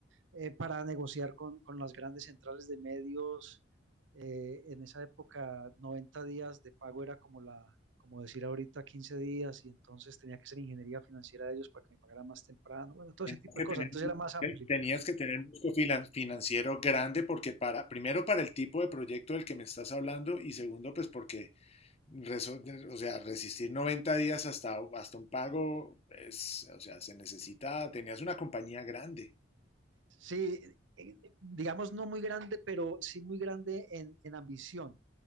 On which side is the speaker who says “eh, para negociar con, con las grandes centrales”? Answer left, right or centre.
Right